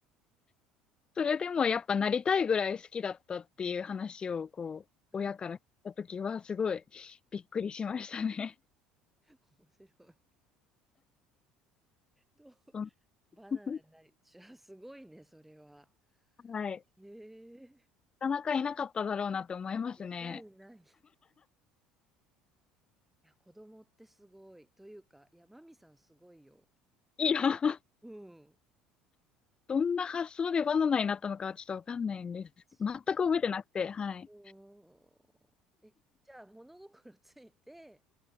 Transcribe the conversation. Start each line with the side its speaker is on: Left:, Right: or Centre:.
Left: それでもやっぱなりたいぐらい好きだったっていう話をこう親から聞いた時はすごいびっくりしましたね。
Centre: うん。面白い。どう
Left: うん
Centre: バナナになりじゃあすごいね、
Left: <laughs>
Centre: それは。
Left: はい。
Centre: へえ。
Left: なかなかいなかっただろうなって思いますね。
Centre: いないいない。いや、子供ってすごい。というか、いや、マミさんすごいよ。
Left: いや、<laughs>
Centre: うん。
Left: どんな発想でバナナになったのかはちょっとわかんないんです。
Centre: す
Left: 全く覚えてなくて、はい。
Centre: ごい。え、じゃあ、物心ついて、